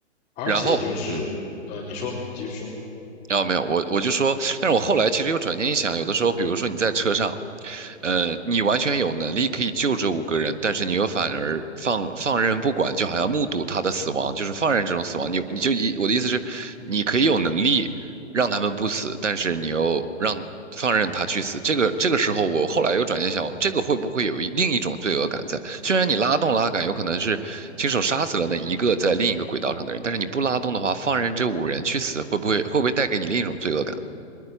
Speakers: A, on the left; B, on the right.
A: 而且就是，
B: 然后，嗯，
A: 呃，你说，你继续说，
B: 然后没有，我我就说，但是我后来其实又转念一想，有的时候，
A: 嗯
B: 比如说你在车上，呃，你完全有能力可以救这五个人，但是你又反而放放任不管，就好像目睹他的死亡，就是放任这种死亡。你你就一我的意思是，你可以有能力让他们不死，但是你又让放任他去死，这个这个时候，我后来又转念想，这个会不会有一另一种罪恶感在？虽然你拉动拉杆，有可能是亲手杀死了那一个在另一个轨道上的人，但是你不拉动的话，放任这五人去死，会不会会不会带给你另一种罪恶感？